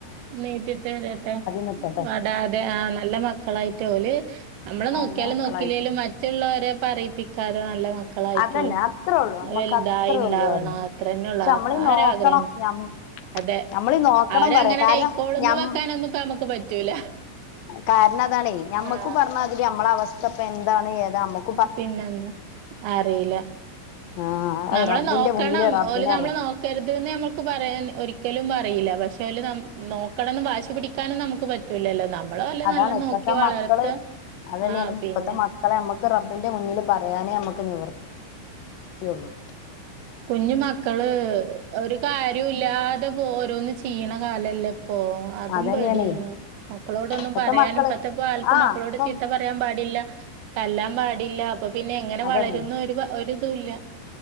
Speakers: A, on the right; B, on the left.
A: നീട്ടി തരട്ടെ
B: നിക്കട്ടെ
A: വടാതെ ആഹ നല്ല മക്കളായിട്ട് ഓല് നമ്മളനോക്കിയാലും
B: നല്ല മക്കളായിട്ട്
A: നോക്കില്ലേലും മറ്റുള്ളവരെ പറയിപ്പിക്കാതെ നല്ല മ ക്കളായിട്ട്
B: അതന്നെ അത്രേ ഉള്ളു നമ്മക്ക്
A: വല്തായി
B: അത്രേ
A: ഇണ്ടാവണ
B: ഉള്ളു അറിയാം
A: അത്ര തന്നെള്ളു
B: പക്ഷെ നമ്മളീ
A: ആ
B: നോക്കണം
A: ഒരാഗ്രഹ ന്നെ
B: ഞം-
A: അതെ
B: നമ്മളീ നോക്കണം
A: അവരങ്ങനെങ്ങണ്ട്
B: പറയാ കാരണം
A: അയ്ക്കോള്ന്ന്
B: ഞം
A: വെക്കാനൊന്നുംനമുക്ക് പറ്റൂല
B: കാരണം അതാണെ ഞമ്മക്ക്
A: ആ
B: പറഞ്ഞാതില് നമ്മളഅവസ്ഥ ഇപ്പ എന്താണ് ഏതാ മ്മക്ക്
A: പിന്നെന്ത അറിയില്ല
B: ആ അത്
A: നമ്മളനോക്കണം
B: റബ്ബിന്റെ മുന്നില് റബ്ബിനെ
A: ഓല് നമ്മള
B: അറിയാം
A: നോ രുത് നമ്മക്ക് പറയാൻ ഒരിക്കലും പറയീല പക്ഷേ ഓല് നമ്മെ നോക്കണംന്ന് വാശി പിടി ക്കാനും നമുക്ക് പറ്റൂലല്ലോ നമ്മള അവരെ
B: അതാണ്
A: നല്ല
B: ഇപ്പത്തെ
A: നോക്കി വളർത്ത
B: മക്കള് അതന്നെയാണ്
A: ആഹ പിന്നെ
B: ഇപ്പത്തെ മക്കളെ നമ്മക്ക് റബ്ബിന്റെ മുന്നില് പറയാനേ നമ്മക്ക് നിവർത്തിയുള്ളു
A: കുഞ്ഞ്മക്കള് ഒരു കാര്യംല്ലാതെ പോ ഓരോന്ന് ചെയ്യണ കാലല്ലേ പ്പോ അതും
B: അതന്നെയാണ്
A: പേടിയാണ് മക്കളോടൊന്നും
B: ഇപ്പത്തെ
A: പറയാനും
B: മക്കള്
A: ഇപ്പത്തെ കാലത്ത്
B: ആ
A: മക്കളോട്
B: ഇപ്പം
A: ചീത്ത പ റയാൻ പാടില്ല തല്ലാൻ പാടില്ല അപ്പം പിന്നെ എങ്ങനെ
B: അതന്നെ
A: വളരുന്ന്‌ഒരിതു്ല്ല